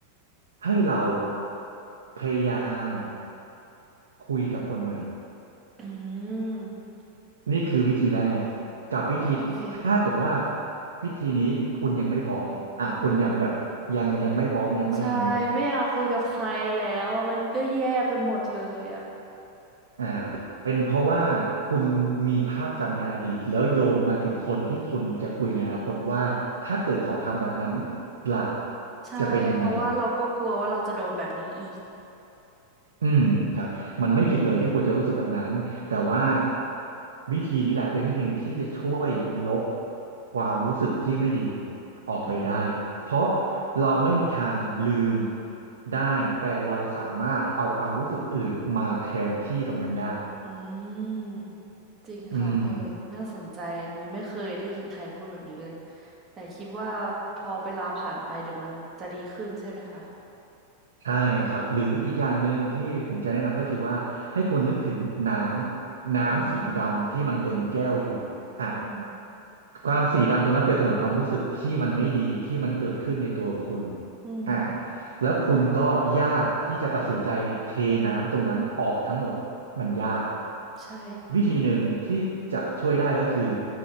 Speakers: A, on the right; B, on the right.
A: ให้เราพยายามคุยกับคนใหม่
B: อืม
A: นี่คือวิธีแรกกับวิธีถ้าเกิดว่า
B: โอเค
A: วิธีนี้คุณยังไม่พร้อมอ่ะคุณยังแบบยังยังไม่พร้อมยังไม่อันนี้
B: อืมใช่ไม่อยากคุยกับใครแล้วอะมันก็แย่ไปหมดเลยอะ
A: อ่าเป็นเพราะว่าคุณมีภาพจำในอดีตแล้วโยงมาถึงคนที่คุณจะคุยในอนาคตว่าถ้าเกิดเขาทำแบบนั้นล่ะ
B: ใช่เพราะว่าเราก็กลัวว่าเราจะโดนแบบนี้อีก
A: จะเป็นยังไงอืมครับมันไม่ผิดเลยที่คุณจะรู้สึกแบบนั้นแต่ว่า
B: อืม
A: วิธีนี้แหละเป็นวิธีหนึ่งที่จะช่วยลบความรู้สึกที่ไม่ดีออกไปได้เพราะ
B: อืมอืม
A: เราไม่มีทางลืมได้แต่เราสามารถเอาความรู้สึกอื่นมาแทนที่ตรงนั้นได้
B: อืมจริงค่ะเออน่าสนใจอันนี้ไม่เคยได้ยินใครพูดแบบนี้เลย
A: อืม
B: แต่คิดว่าพอเวลาผ่านไปเดี๋ยวมันจะดีขึ้นใช่ไหมคะ
A: ใช่ครับหรืออีกอย่างหนึ่งที่ผมจะแนะนำก็คือว่าให้คุณนึกถึงน้ำน้ำสีดำที่มันเต็มแก้วอยู่อ่ะ
B: อืมอืม
A: ความสีดำตรงนั้นเปรียบเสมือนความรู้สึกที่มันไม่ดีที่มันเกิดขึ้นในตัวคุณ
B: อืม
A: อ่ะแล้วคุณก็ยากที่จะตัดสินใจเทน้ำตรงนั้นออกทั้งหมดมันยาก
B: อืมใช่
A: วิธีหนึ่งที่จะช่วยได้ก็คือ